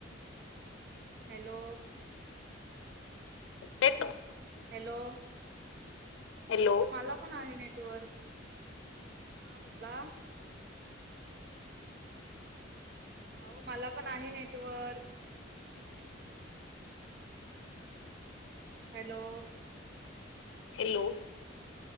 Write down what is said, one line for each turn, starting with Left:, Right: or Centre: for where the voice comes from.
Right: हॅलो!
Left: येतो.
Right: हॅलो!
Left: हॅलो
Right: हा मला पण आहे नेटवर्क हा बोला. हो मला पण आहे नेटवर्क. हॅलो,
Left: हॅलो,